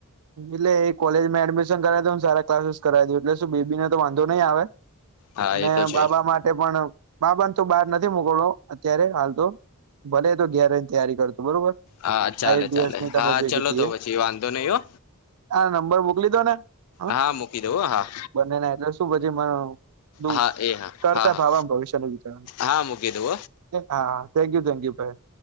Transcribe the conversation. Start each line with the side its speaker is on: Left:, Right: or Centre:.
Right: એટલે એ કોલેજમાં એડમિશન કરાવ તો સારા ક્લાસીસ કરાવી દું એટલે શું બેીબી ને તો વાંધો નહી આવે.
Left: હા
Right: અને
Left: એ તો છે
Right: બાબા માટે પણ બાબાને તો બહાર નથી મોકલલો. અત્યારે હાલ તો ભલે તો ગેરની તૈયારી કરતો. બરોબર
Left: હા ચાલે
Right: આઈડીએસ
Left: ચાલે
Right: ની તમે
Left: હા
Right: જે
Left: ચલો
Right: કીધી
Left: તો
Right: એ
Left: પછી વાંધો નહી હો
Right: આ નંબર મોકલી દો ને હ
Left: હા મૂકી દઉં હા
Right: બને નાટલે શું પછી મ દ
Left: હા એ હા
Right: કરતા
Left: હા હા
Right: ભવામાં ભવિષ્યને વિચારવાનું
Left: હા મૂકી દઉં
Right: હા થેન્ક યુ થેન્ક યુ ભાઈ.